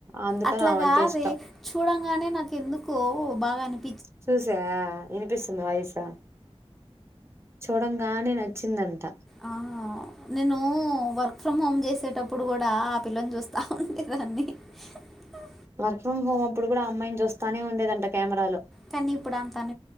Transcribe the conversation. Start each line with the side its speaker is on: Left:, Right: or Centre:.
Right: అందుకని
Centre: అట్లా
Right: ఆమంటే
Centre: కాదే
Right: ఇష్టం.
Centre: చూడంగానే నాకు ఎందుకో బాగ అనిప్
Right: చూసావా? ఇనిపిస్తుంద వాయిస్స్ చూడంగానే నచ్చిందంట
Centre: ఆ నేనూ వర్క్ ఫ్రమ్ హోమ్ జేసేటప్పుడు గూడా ఆ పిల్లన్ చూస్తా ఉండేదాన్ని అవు
Right: వర్క్ ఫ్రమ్ హోమ్ అప్పుడు గూడ అమ్మాయిని చూస్తానే ఉండేదంట కేమెరాలు
Centre: కనీ ఇప్పుడంతన్